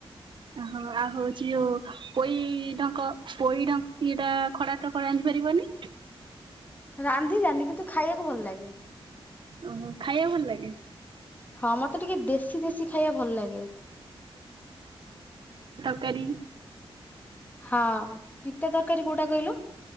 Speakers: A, on the right (about 55°); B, on the left (about 15°).
A: ଓହୋ ଆଉ ହଉଛି ଯୋଉ ପୋଇ ଢଙ୍କ ପୋଇ ଢଙ୍କ ଇଏଟା କଡ଼ା ତ ରାଦ୍ଦିପାରିବନି?
B: ରାନ୍ଧି ଜାନି କିନ୍ତୁ ଖାଇବାକୁ ଭଲ ଲାଗେ।
A: ଓହୋ ଖାଇବା ଭଲ ଲାଗେ।
B: ହଁ ମତେ ଟିକେ ଦେଶୀ ଦେଶୀ ଖାଇବା ଭଲ ଲାଗେ।
A: ତକାରି
B: ହଁ ପିତା ତରକାରୀ କୋଉଟା କହିଲୁ